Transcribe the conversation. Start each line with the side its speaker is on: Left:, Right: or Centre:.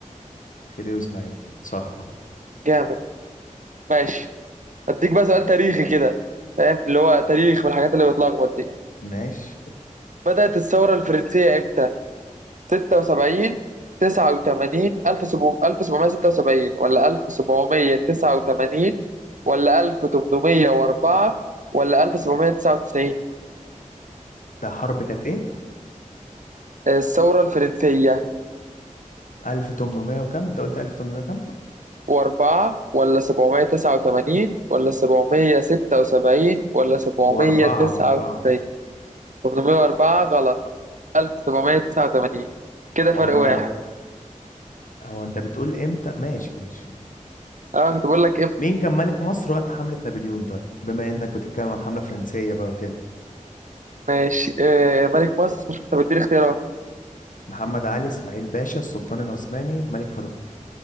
Left: خديوي اسماعيل صح
Right: جامد ماشي اديك بقى سؤال تاريخي كده فاهم اللي هو تاريخ والحاجات اللي بتلخبط دي
Left: ماشي
Right: بدأت الثورة الفرنسية امتى 76 89 1776 ولا 1789 ولا 1804 ولا 1799
Left: ده حرب كانت ايه
Right: الثورة الفرنسية
Left: 1800 وكم انت قلت 1800 كم
Right: وأربعة ولا سبعمية تسعة وتمانين ولا سبعمية ستة وسبعين ولا سبعمية
Left: واربعة
Right: تسعة
Left: واربعة
Right: وتسعين تمنمية وأربعة غلط ألف سبعمية تسعة وتمانين كده فرق
Left: هو انت
Right: واحد
Left: هو انت بتقول امتى ماشي ماشي
Right: أه كنت بقول لك إمتى
Left: مين كان ملك مصر وقت حملة نابليون طيب بما انك بتتكلم عن حملة فرنسية بقى وكده
Right: ماشي آه ملك مصر طب اديني اختيارات
Left: محمد علي اسماعيل باشا السلطان العثماني الملك فاروق